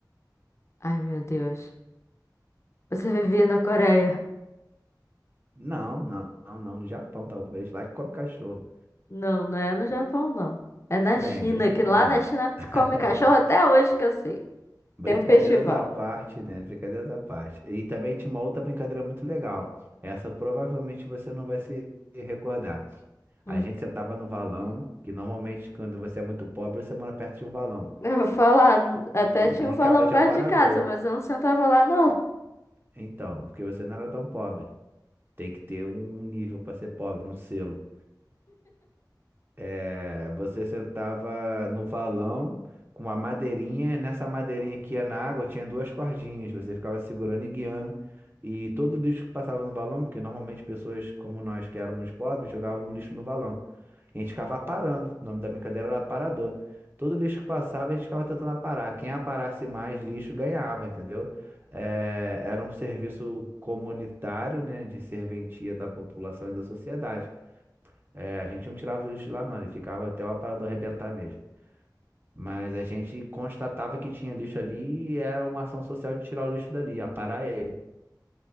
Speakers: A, on the left; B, on the right.
A: Ai, meu Deus. Você vivia na Coreia.
B: Não, não, não, não. No Japão, talvez. Lá que come cachorro.
A: Não, não é no Japão, não. É na
B: Bem,
A: China,
B: brin...
A: que lá
B: é.
A: na China
B: <laughs>
A: se come cachorro até hoje que eu sei.
B: Brincadeiras
A: Tem um festival.
B: à parte, né? Brincadeiras à parte. E também tinha uma outra brincadeira muito legal. Essa provavelmente você não vai se recordar.
A: Hum.
B: A gente
A: <laughs>
B: sentava no valão, que normalmente quando você é muito pobre, você mora perto de um valão.
A: Eu vou falar, até
B: E
A: tinha
B: brincava
A: um valão
B: de
A: perto
B: aparador.
A: de casa, mas eu não sentava lá, não.
B: Então, porque você não era tão pobre. Tem que ter um nível para ser pobre, um selo. É, você sentava no valão com uma madeirinha, nessa madeirinha que ia na água tinha duas cordinhas, você ficava segurando e guiando. E todo lixo que passava no valão, porque normalmente pessoas como nós que éramos pobres jogávamos lixo no valão. A gente ficava aparando. O nome da brincadeira era aparador. Todo lixo que passava, a gente ficava tentando aparar. Quem aparasse mais lixo ganhava, entendeu? É, era um serviço comunitário, né? De serventia da população e da sociedade. É, a gente não tirava o lixo de lá, não. Ele ficava até o aparador arrebentar mesmo. Mas a gente constatava que tinha lixo ali e era uma ação social de tirar o lixo dali, aparar ele.